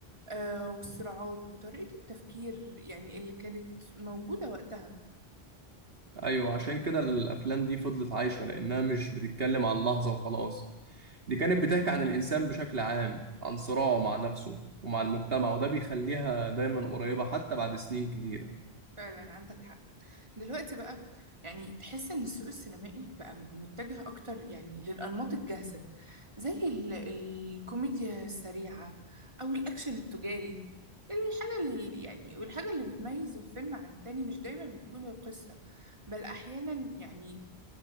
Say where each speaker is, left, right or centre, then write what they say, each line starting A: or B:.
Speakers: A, on the right; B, on the right.
A: آه، والصراعات وطريقة التفكير يعني اللي كانت موجودة وقتها
B: ايوه عشان كده الافلام دي فضلت عايشة لانها مش بتتكلم عن لحظة وخلاص دي كانت بتحكي عن الانسان بشكل عام عن صراعه مع نفسه ومع المجتمع وده بيخليها دايما قريبة حتى بعد سنين كتيرة
A: فعلا عندك حق دلوقتي بقى يعني تحس إن السوق السينمائي بقى متجه أكتر يعني للأنماط الجاهزة زي ال الكوميديا السريعة أو الأكشن التجاري الحاجة اللي يعني والحاجة اللي بتميز الفيلم عن التاني مش دايما بتكون القصة بل أحيانا يعني